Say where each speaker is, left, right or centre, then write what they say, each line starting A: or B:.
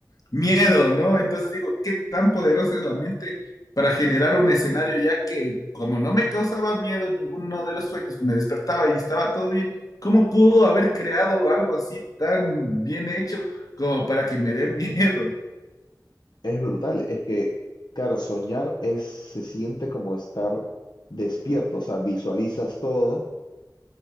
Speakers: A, on the left; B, on the left.
A: miedo, ¿no? Entonces digo, ¿qué tan poderosa es la mente para generar un escenario ya que como no me causaba miedo ninguno de los sueños, me despertaba y estaba todo bien, ¿Cómo pudo haber creado algo así tan bien hecho como para que me dé miedo?
B: Es brutal, es que, claro, soñar es, se siente como estar despierto, o sea, visualizas todo